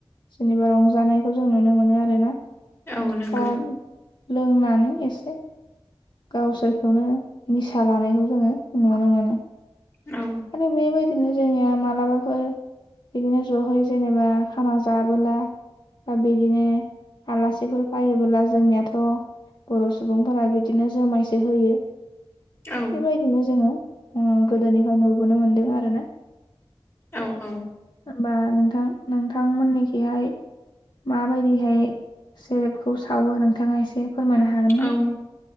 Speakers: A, on the left (about 50°); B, on the left (about 25°).
A: जेनेबा रंजानायखौ जों नुनो मोनो आरोना
B: औ नंगौ
A: दा लोंनानै एसे गावसोरखौनो निसा लानायखौ जोङो नुनो मोनो।
B: औ
A: आरो बेबायदिनो जोंनिया मालाबाफोर बिदिनो ज'है जेनेबा खाना जाबोला बा बिदिनो आलासिफोर फायोबोला जोंनियाथ' बर' सुबुंफोरा बिदिनो जोमायसो होयो
B: औ
A: बेबायदिनो जोङो ओ गोदोनिफाय नुबोनो मोनदों आरोना
B: औ औ
A: होमबा नोंथां नोंथांमोननिखिहाय माबायदिहाय सेरेबखौ सावो नोंथाङा एसे फोरमायनो हागोन नामा?
B: औ